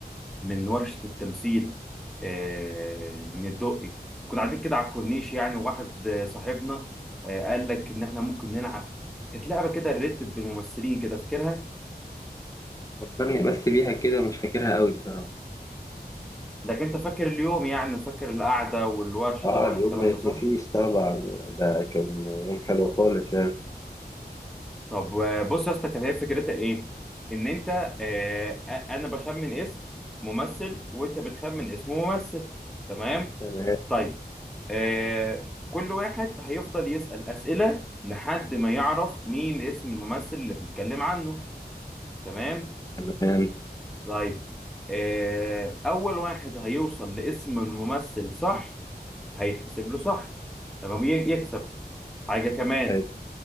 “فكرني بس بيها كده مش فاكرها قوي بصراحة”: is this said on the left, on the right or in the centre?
Left